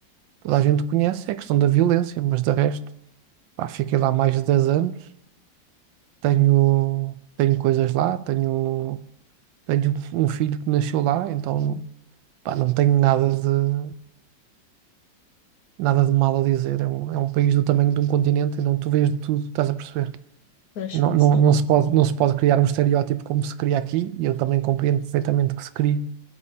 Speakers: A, on the right; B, on the left.
A: toda a gente conhece, é a questão da violência, mas de resto, pá, fiquei lá mais de 10 anos, tenho, tenho coisas lá, tenho, tenho um filho que nasceu lá, então Pá, não tenho nada de, nada de mal a dizer. É um, é um país do tamanho de um continente, então tu vês de tudo, estás a perceber?
B: Pois,
A: Não, não,
B: sim.
A: não se
B: sim.
A: pode, não se pode criar um estereótipo como se cria aqui, e eu também compreendo perfeitamente que se crie,